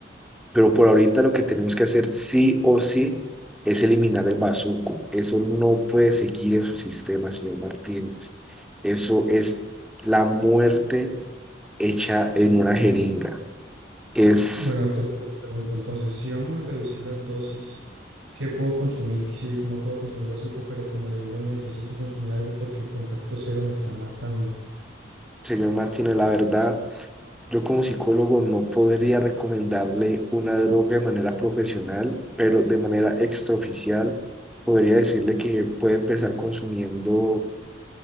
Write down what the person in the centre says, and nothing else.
Pero por ahorita lo que tenemos que hacer sí o sí es eliminar el bazuco. Eso no puede seguir en su sistema, señor Martínez. Eso es la muerte hecha en una jeringa. Es,
señor Martínez, la verdad Yo como psicólogo no podría recomendarle una droga de manera profesional, pero de manera extraoficial podría decirle que puede empezar consumiendo,